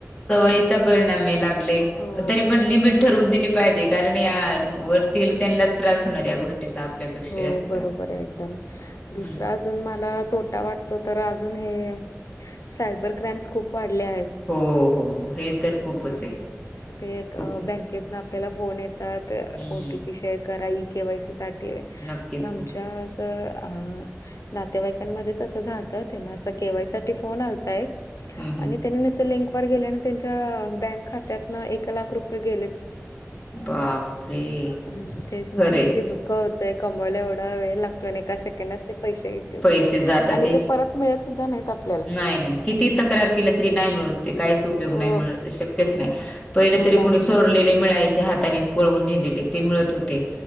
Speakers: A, on the left; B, on the left.
A: सवयीचा परिणाम हे लागलाय
B: हो
A: पण तरी पण लिमिट ठरवून दिली पाहिजे कारण या वरती त्यांनलाच त्रास होणार या गोष्टीचा. आपल्यापेक्षा
B: हो
A: जास्त
B: बरोबर आहे एकदम
A: हम्म
B: दुसराच अजून मला तोटा वाटतो तर अजून हे सायबर क्राईम्स खूप वाढले आहेत.
A: हो हो हो हे खूपच
B: तर
A: आहे
B: ते एक
A: खूप आहे
B: बँकेत न आपल्याला फोन येतात
A: हम्म
B: ओ टी पी शेअर करा ई केे वाय सी साठी ते
A: नक्कीच
B: तर आमच्या
A: नक्की
B: अस अ नातेवाईकांमध्येच असं झा त तर त्यांना असा
A: हम्म
B: के वाय साठी फोन आलता एक
A: हम्म
B: आणि
A: हम्म.
B: त्यांनी नुसत लिंक वर गेल्यान त्यांच्या बँक खात्यातन एक लाख रुपये गेलेच.
A: बापरे
B: हम्म तेच ना
A: खरे
B: किती दुख ख होतंय कमवायला एवढा वेळ लागतोय आणि एका सेकंडात ते पैसेे
A: पैसे जातात
B: आणि ते परत मिळत सुद्धा नाहीत आप
A: नाही नाही कितीही तक्रार केली तरी नाही मिळत ते काहीच उपयोग
B: हो,
A: नाही मिळत ते शक्यच नाही. पहिले
B: हो
A: तरी कोणी
B: ना.
A: चोरलेले मिळायचे हाताने पळवून नेलेले ते मिळत होते.